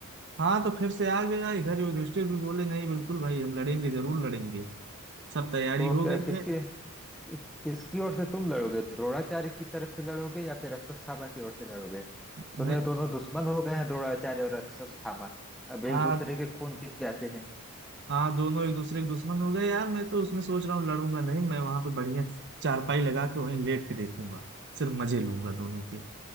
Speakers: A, on the right; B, in the centre.
A: हाँ तो फिर से आ गया इधर युधिष्ठिर भी बोले नहीं बिल्कुल भाई हम लड़ेंगे जरूर लड़ेंगे सब तैयारी
B: तो
A: हो
B: क्या
A: गई
B: किसके
A: है
B: कि- किसकी ओर से तुम लड़ोगे द्रोणाचार्य की तरफ से लड़ोगे या फिर अश्वत्थामा की ओर से लड़ोगे
A: ने,
B: सुने दोनों दुश्मन हो गए हैं द्रोणाचार्य और अश्वत्थामा अब एक
A: हाँ
B: दूसरे के खून के प्यासे हैं
A: हाँ दोनों एक दूसरे के दुश्मन हो गए यार मैं तो उसमें सोच रहा हूँ लड़ूंगा नहीं मैं वहां पे बढ़िया चारपाई लगा के वहीं लेट के देखूंगा सिर्फ मजे लूंगा दोनों की